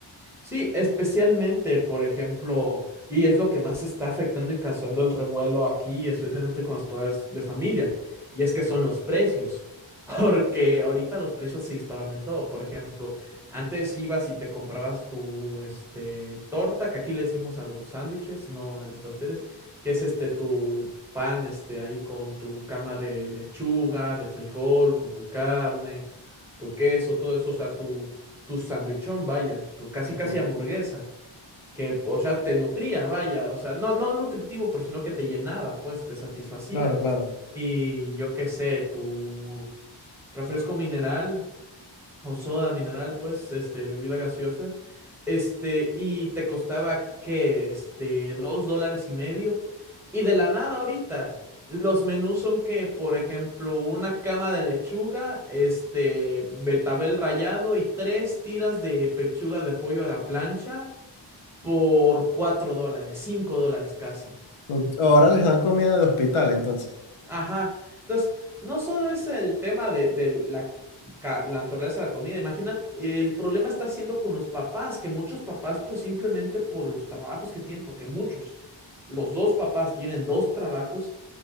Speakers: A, in the centre; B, on the left.
A: Sí, especialmente, por ejemplo, y es lo que más está afectando y causando el revuelo aquí, especialmente con los padres de familia, y es que son los precios, <laughs> porque ahorita los precios se dispararon en todo. Por ejemplo, antes ibas y te comprabas tu este, torta, que aquí le decimos a los sándwiches, no a los pasteles, que es este tu pan este, ahí con tu cama de lechuga, de frijol, con tu carne, tu queso, todo eso, o sea, tu tu sandwichón, vaya, tu casi
B: Ujú.
A: casi hamburguesa, que, o sea, te nutría, vaya, o sea, no, no nutritivo, pero sino que te llenaba, pues, te satisfacía.
B: Claro, claro.
A: Y yo qué sé, tu refresco mineral, o soda mineral, pues, este, bebida gaseosa, este, y te costaba, ¿qué? Este, dos dólares y medio, y de la nada ahorita, los menús son que, por ejemplo, una cama de lechuga, este, betabel rallado y tres tiras de pechuga de pollo a la plancha por cuatro dólares, cinco dólares casi.
B: Porque Ahora les dan comida de hospital, entonces.
A: Ajá. Entonces, no solo es el tema de, de la, ca- la naturaleza de la comida. Imagina, el problema está siendo con los papás, que muchos papás, pues simplemente por los trabajos que tienen, porque muchos, los dos papás tienen dos trabajos,